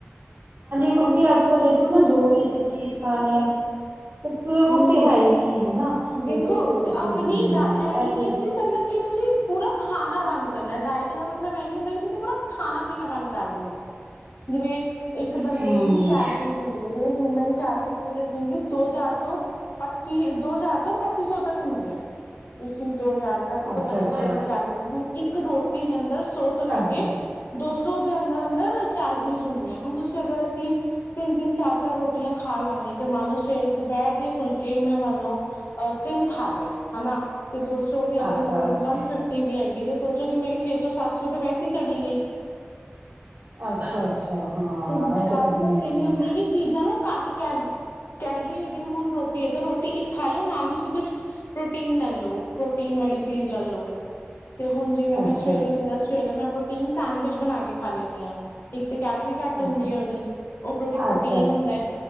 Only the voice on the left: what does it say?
ਤੇ
ਕੱਲ
ਦੀ
ਹੂੰ
ਦੇਖੋ,
ਆਪਣੀ
ਡ
ਇਹ ਨੀ
ਹੈ, ਕਿ ਮਤਲਬ ਕਿ ਤੁਸੀਂ। ਪੂਰਾ ਖਾਣਾ ਬੰਦ ਕਰਨਾ, ਡਾਇਟ ਦਾ ਮਤਲਬ ਇਹ ਨੀ ਹੁੰਦਾ ਕਿ ਤੁਸੀਂ ਪੂਰਾ ਖਾਣਾ ਪੀਣਾ ਬੰਦ ਕਰ ਦੇਣਾ, ਜਿਵੇਂ ਇੱਕ ਬੰਦੇ
ਦੀ ਕੈਲਰੀਜ਼ ਹੁੰਦੀ, ਜਿਵੇਂ ਹਊਮਨ ਕੈਲਰੀ ਪੂਰੇ ਦਿਨ ਦੀ ਦੋ ਹਜ਼ਾਰ ਤੋਂ ਪੱਚੀ ਦੋ ਹਜ਼ਾਰ। ਤੋਂ ਪੱਚੀ ਸੌ ਤੱਕ ਹੁੰਦੀਆਂ ਤੁਸੀਂ ਦੋ ਹਜ਼ਾਰ ਤੱਕ ਤੋਂ
ਪੱਚੀ
ਸੌ ਤੱਕ ਕੈਲਰੀ ਦੀ ਹੁਣ ਇੱਕ ਇੱਕ ਰੋਟੀ ਦੇ ਅੰਦਰ ਸੌ ਤੋਂ ਲੈਕੇ,
ਦੋ ਸੌ ਸੋ ਉਹਦੇ ਅੰਦਰ-ਅੰਦਰ ਕੈਲੋਰੀਜ਼ ਹੁੰਦੀ ਹੈ, ਹੁਣ ਤੁਸੀਂ ਅਗਰ ਅਸੀਂ ਤਿੰਨ-ਤਿੰਨ, ਚਾਰ -ਚਾਰ ਰੋਟੀਆਂ ਖਾ ਲਾਂਗੇ ਤੇ ਮੰਨ ਲਓ ਸਵੇ ਦੁਪਹਿਰ ਦੇ ਫੁਲਕੇ ਮੈਂ ਮੰਨ ਲਓ ਅ ਤਿੰਨ ਖਾਲਏ ਹਨਾ। ਤੇ ਦੋ ਸੌ ਵੀ ਅਗਰ
ਉਹ ਜਾਂ
ਵਨ ਫਿਫਟੀ ਵੀ ਆਏਗੀ ਤੇ ਸੋਚੋ ਕੀ ਮੇਰੀ ਛੇ ਸੌ, ਸੱਤ ਸੌ, ਤੇ ਵੈਸੇ ਚਲੀ ਗਈ।
ਤੇ
ਗੱਲ
ਸਿਰਫ਼ ਇਹਨੀ ਹੁੰਦੀ ਕਿ ਚੀਜ਼ਾਂ ਨੂੰ ਕੱਟ ਕਹਿ ਕੈਲਰੀ ਹੋ ਜਿਵੇਂ ਹੁਣ ਰੋਟੀ ਹੈ ਰੋਟੀ ਇੱਕ ਖਾ ਲਓ ਨਾਲ ਤੁਸੀਂ ਕੁਛ ਪ੍ਰੋਟੀਨ ਲੈ ਲਓ, ਪ੍ਰੋਟੀਨ ਵਾਲੀ ਚੀਜ਼ ਲੈ ਲਓ ਤੇ ਹੁਣ ਜਿਵੇਂ ਮੈਂ
ਸਵੇਰੇ
ਹੁੰਦਾ ਸਵੇਰੇ ਮੈਂ ਤਿੰਨ ਸੈਂਡਵਿਚ ਬਣਾ ਕੇ ਖਾ ਲੈਂਦੀ ਹਾਂ ਇੱਕ ਤੇ ਕੈਲਰੀ ਘੱਟ ਹੁੰਦੀ
ਹੈ ਉਹਦੀ ਉੱਪਰੋਂਦੀ ਪ੍ਰੋਟੀਨ
ਹੁੰਦਾ ਹੈ